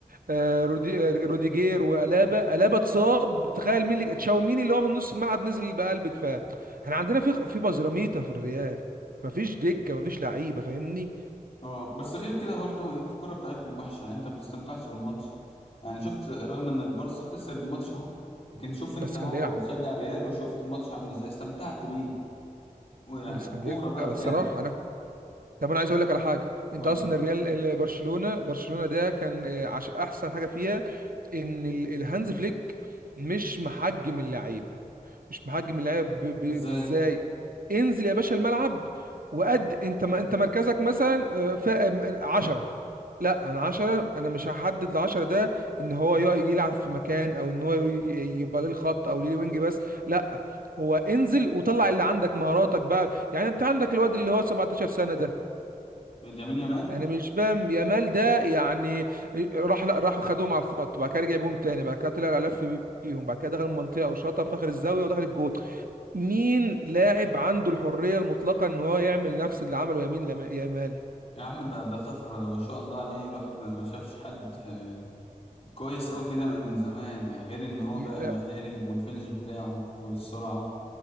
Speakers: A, on the right; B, on the left.
A: آه، رودي- آه، روديجير وألابا ألابا اتصاب تخيل مين اللي تشاوميني اللي هو من نص الملعب نزل بقلب دفاع احنا عندنا في في بزراميطة في الريال مفيش دكة مفيش لعيبة فاهمني
B: اه بس غير كده برضو انت الكرة بتاعتكم وحشة يعني انت ما بتستمتعش بالماتش يعني شفت رغم ان البارسا خسر الماتش اهو لكن شوف انت
A: بس
B: اهو
A: كان بيلعب
B: مشجع الريال وشفت الماتش عامل ازاي استمتعت بيه ويعني
A: بس كان
B: كورة
A: بيلعب
B: بقى بجد
A: الصراحه انا طب انا عايز اقول لك على حاجه انت
B: قول
A: اصلا الريال ال- برشلونه برشلونه ده كان آه، عش... احسن حاجه فيها ان ال- الهانز فليك مش محجم اللعيبه مش محجم اللعيبه ب- ب-
B: ازاي
A: بازاي انزل يا باشا الملعب وقد انت ما انت مركزك مثلا آه، ف... م- عشرة لا انا عشرة انا مش هحدد العشرة ده ان هو يق- يلعب في مكان او ان هو ي- يبقى ليه الخط او ليه وينج بس لا هو انزل وطلع اللي عندك مهاراتك بقى يعني انت عندك الواد اللي هو 17 سنة ده
B: اليمين يامال
A: يعني مش فاهم يامال ده يعني راح لا راح خدوهم على الخط بعد كده رجع بيهم تاني بعد كده طلع لف بيهم بعد كده دخل المنطقة وشاطها في اخر الزاوية ودخل الجول مين لاعب عنده الحرية المطلقة ان هو يعمل نفس اللي عمله يمين لما- يامال
B: يا عم ده ده طفرة ده ما شاء الله عليه الواحد ما ما شافش حد آه، كويس قوي كده من من زمان يعني غير ان هو
A: ي-
B: بقى مهاري
A: آه،
B: والفينش بتاعه والسرعة